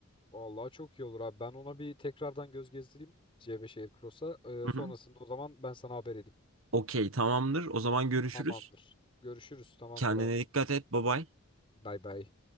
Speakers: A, on the left; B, on the right.
A: Vallahi çok iyi olur abi. Ben ona bir tekrardan göz gezdireyim C5 Aircross'a. Ee,
B: Hı
A: sonrasında
B: hı.
A: o zaman ben sana haber edeyim.
B: Okey tamamdır. O zaman görüşürüz.
A: Tamamdır. Görüşürüz. Tamamdır
B: Kendine
A: abi.
B: dikkat et. Bye bye.
A: Bay bay.